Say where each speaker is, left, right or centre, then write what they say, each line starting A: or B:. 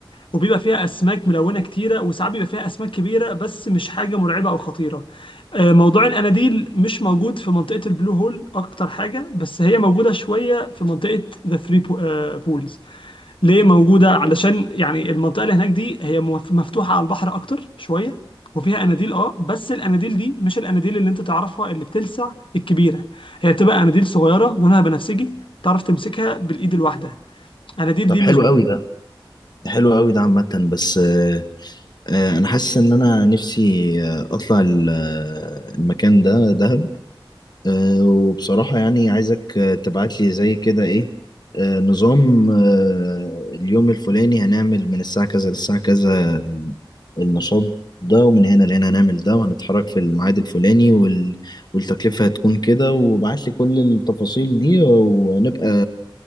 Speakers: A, on the left; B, on the left.
A: وبيبقى فيها اسماك ملونه كتيره وساعات بيبقى فيها اسماك كبيره بس مش حاجه مرعبه او خطيره آه، موضوع الاناديل مش موجود في منطقه البلو هول اكتر حاجه بس هي موجوده شويه في منطقه ذا ثري بولز ليه موجوده علشان يعني المنطقه اللي هناك دي هي مف- مفتوحه على البحر اكتر شويه وفيها اناديل اه بس الاناديل دي مش الاناديل اللي انت تعرفها اللي بتلسع الكبيره هي بتبقى اناديل صغيره لونها بنفسجي تعرف تمسكها بالايد الواحده الاناديل
B: طب
A: دي
B: حلو
A: مش
B: قوي ده ده حلو قوي ده عامة بس آه، آه، أنا حاسس إن أنا نفسي آه، أطلع ال- آه، المكان ده دهب أه وبصراحة يعني عايزك آه، تبعت لي زي كده إيه أه نظام أه اليوم الفلاني هنعمل من الساعة كذا للساعة كذا ال- النشاط ده ومن هنا لهنا هنعمل ده وهنتحرك في الميعاد الفلاني وال... والتكلفة هتكون كده وبعت لي كل التفاصيل دي وهنبقى